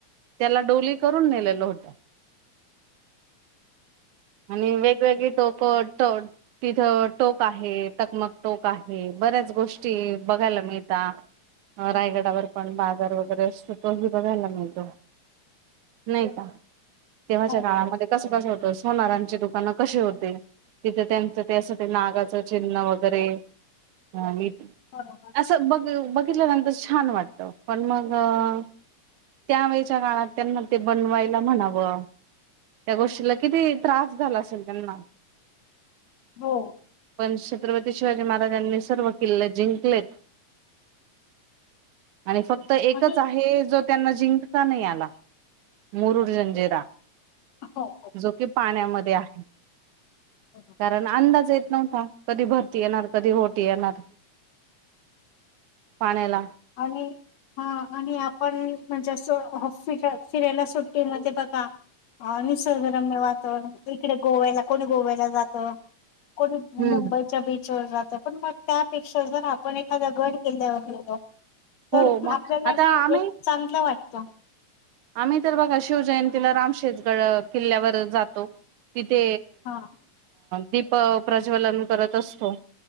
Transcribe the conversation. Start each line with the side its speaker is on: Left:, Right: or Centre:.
Right: त्याला डोली
Left: हो
Right: करून नेलेलं होत. <inaudible> आणि वेगवेगळी टोक तिथं टोक आहे चकमक टोक आहे. बऱ्याच गोष्टी बघायला मिळत रायगडावर पण बाजार वगैरे. तो बघायला मि तो नाही का. तेव्हाच्या
Left: हो
Right: काळामध्ये
Left: ना
Right: कसं कसं होतंत. सोनारांची दुकानं कशी होते तिथे त्यांचं ते असं ते नागाच चिन्ह वगैरे. ह मी
Left: बरोबर
Right: असं बघ बघितल्यानंतर छान वाटत पण मग. अ त्यावेळेच्या काळात त्यांना ते बनवायला म्हणावं. त्या गोष्टीला किती त्रास झाला असेल त्यांना.
Left: हो
Right: पण श छत्रपती शिवाजी महाराजांनी सर्व किल्ले जिंकलेत आणि फक्त
Left: आणि
Right: एकच आहे जो त्यांना जिंकता नाही आला, मुरुड जंजिरा.
Left: हो हो
Right: जो कि पाण्यामध्ये आहे
Left: बरोबर
Right: कारण अंदाज येत नव्हता, कधी भरती येणार, कधी ओहोटी येणार पाण्याला
Left: आणि हा आणि आपण म्हणजे असं हौस फिटल फिरायला सुट्टी मध्ये बघा अ निसर्गरम्य वातावरण, इकडे गोव्याला कोणी गोव्याला जातं कोणी
Right: हम्म
Left: मुंबईच्या बीचवर जात पण मग त्यापेक्षा जर आपण एखादा गड किल्ल्यावर गेलो गेलो तर
Right: हो मग
Left: आपल्याला
Right: आता
Left: हे एक
Right: आम्ही
Left: चांगलं वाटत
Right: आम्ही तर बघा शिवजयंतीला रामशेजगड किल्ल्यावर जातो तिथे
Left: हा
Right: दीप प्रज्वलन करत असतो.